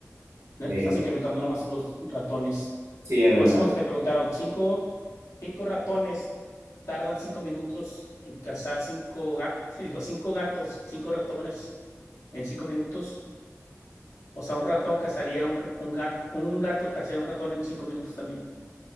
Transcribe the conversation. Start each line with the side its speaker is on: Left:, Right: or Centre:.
Left: Ne-
Right: ok.
Left: Estás incrementando nomás los ratones.
Right: Sí, es
Left: O
Right: verdad.
Left: es como si te preguntaron, cinco, cinco ratones tardan cinco minutos en cazar cinco gatos, <laughs> digo, cinco gatos, cinco ratones en cinco minutos. O sea, un ratón cazaría un, r- un gato, un gato cazaría un ratón en cinco minutos también.